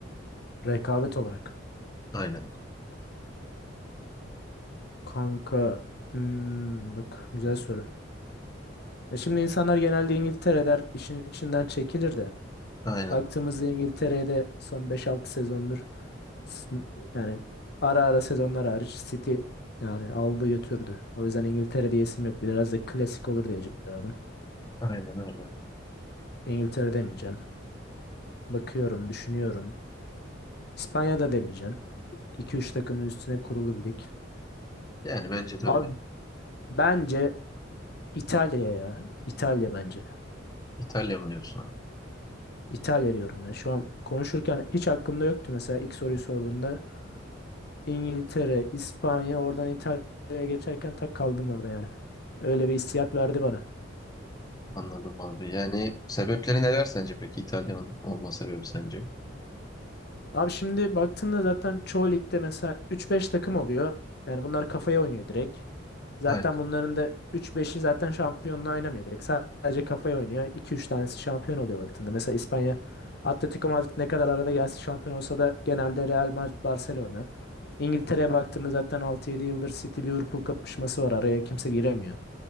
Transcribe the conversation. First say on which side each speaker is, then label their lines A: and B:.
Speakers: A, on the left (about 55°); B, on the left (about 20°).
A: Rekabet olarak.
B: Aynen.
A: Kanka, hmm, bak güzel soru. Ya şimdi insanlar genelde İngiltere der, işin içinden çekilir de.
B: Aynen.
A: Baktığımızda İngiltere'de son beş altı sezondur S- Yani ara ara sezonlar hariç City yani aldı götürdü. O yüzden İngiltere diyesim yok. Biraz da klasik olur diye cevabım.
B: Aynen öyle.
A: İngiltere demeyeceğim. Bakıyorum, düşünüyorum. İspanya'da demeyeceğim. 2 üç takımın üstüne kurulu bir lig.
B: Yani bence de
A: Abi
B: öyle.
A: bence İtalya ya. İtalya bence.
B: İtalya mı diyorsun abi?
A: İtalya diyorum ya. Şu an konuşurken hiç aklımda yoktu mesela ilk soruyu sorduğunda. İngiltere, İspanya, oradan İtalya'ya geçerken tak kaldım orada yani. Öyle bir hissiyat verdi bana.
B: Anladım abi. Yani sebepleri neler sence peki İtalya'nın olma sebebi sence?
A: Abi şimdi baktığında zaten çoğu ligde mesela 3-5 takım oluyor. Yani bunlar kafaya oynuyor direkt. Zaten
B: Aynen.
A: bunların da 3-5'i zaten şampiyonla oynamıyor direkt. Sadece kafaya oynuyor. 2-3 tanesi şampiyon oluyor baktığında. Mesela İspanya Atletico Madrid ne kadar arada gelse şampiyon olsa da genelde Real Madrid Barcelona. İngiltere'ye baktığında zaten 6-7 yıldır City Liverpool kapışması var. Araya kimse giremiyor.